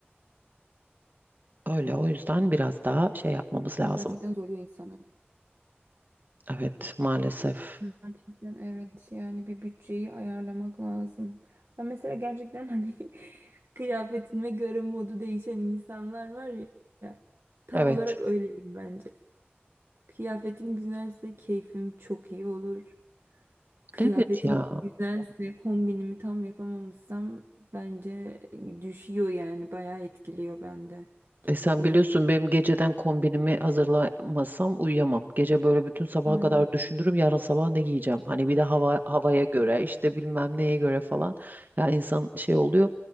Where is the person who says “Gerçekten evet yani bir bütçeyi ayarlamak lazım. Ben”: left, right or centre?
Right